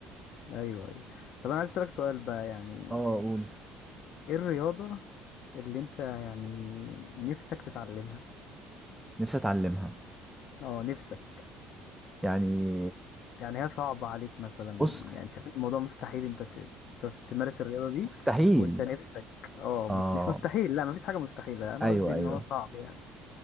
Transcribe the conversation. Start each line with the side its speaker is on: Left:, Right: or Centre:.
Left: ايوه ايوه طب انا عايز اسالك سؤال بقى يعني
Centre: اه اقول
Left: ايه الرياضه اللي انت يعني نفسك تتعلمها
Centre: نفسي اتعلمها
Left: اه نفسك
Centre: يعني
Left: يعني هي صعبه عليك مثلا
Centre: بص
Left: يعني شايف إن الموضوع مستحيل انت ت- ت- تمارس الرياضه دي
Centre: مستحيل
Left: وانت مستحيل نفسك اه
Centre: اه
Left: مس- مش مستحيل لا مفيش حاجه مستحيله انا
Centre: ايوه
Left: قصدي ان
Centre: ايوه
Left: هو صعب يعني